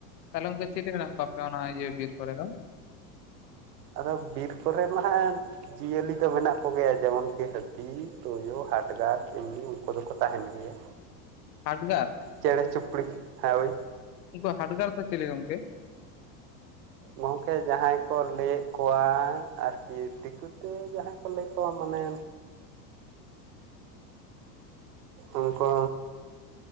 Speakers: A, on the left; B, on the right.
A: ᱛᱟᱦᱚᱞᱮ ᱜᱚᱝᱠᱮ ᱪᱤᱞᱤ ᱢᱮᱱᱟᱜ ᱠᱚᱣᱟ ᱮᱯᱮ ᱚᱱᱟ ᱤᱭᱟᱹ ᱵᱤᱨ ᱠᱚᱨᱮ ᱫᱚ?
B: ᱟᱫᱚ ᱵᱤᱨ ᱠᱚᱨᱮ ᱢᱟᱦᱟᱜ ᱮᱢᱼᱼ ᱡᱤᱭᱟᱹᱞᱤ ᱫᱚ ᱢᱮᱱᱟᱜ ᱠᱚᱜᱮᱭᱟ ᱡᱮᱢᱚᱱᱠᱤ ᱦᱟᱹᱛᱤ ᱛᱩᱭᱩ ᱦᱟᱰᱜᱟᱨ ᱮᱢᱱᱤ ᱩᱱᱠᱩ ᱫᱚᱠᱚ ᱛᱟᱦᱮᱱ ᱜᱮᱭᱟ᱾
A: ᱦᱟᱰᱜᱟᱨ?
B: ᱪᱮᱬᱮ ᱪᱩᱯᱲᱤ ᱦᱮᱸ ᱦᱳᱭᱼᱼ
A: ᱩᱱᱠᱩ ᱦᱟᱰᱜᱟᱨ ᱫᱚ ᱪᱮᱞᱮ ᱜᱚᱝᱠᱮ?
B: ᱜᱚᱢᱠᱮ ᱡᱟᱦᱟᱸᱭ ᱠᱚ ᱞᱟᱹᱭᱮᱫ ᱠᱚᱣᱟ ᱟᱨᱠᱤ ᱫᱤᱠᱩ ᱛᱮ ᱡᱟᱦᱟᱸᱭ ᱠᱚ ᱞᱟᱹᱭ ᱠᱚᱣᱟ ᱢᱟᱱᱮᱼᱼ ᱩᱝᱠᱩᱼᱼ